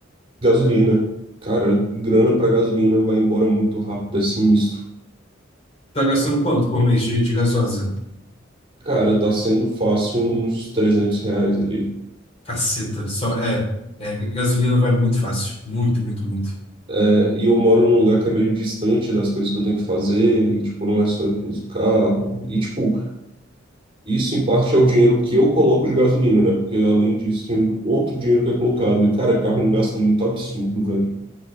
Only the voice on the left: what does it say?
Tá gastando quanto por mês de, de gasosa?
Caceta, só é, é, gasolina vai muito fácil, muito, muito, muito.